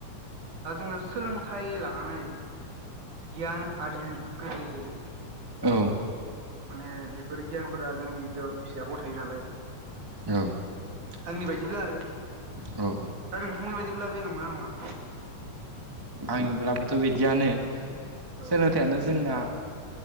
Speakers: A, on the right; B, on the right.
A: दा जोङो सोलोंथाइ लानानै गियान आरजिनो गोरलै जायो।
B: औ
A: माने बेफोर गियानफोरा जोंनि ज बिजाबाव थायो नालाय।
B: औ
A: आंनि बायदिब्ला आरो,
B: औ
A: दा नोंथांनि बायदिब्ला बे नंगौना नङा?
B: आंनिब्लाबोथ' बिदियानो
A: औ
B: सोलो थायानो जोंना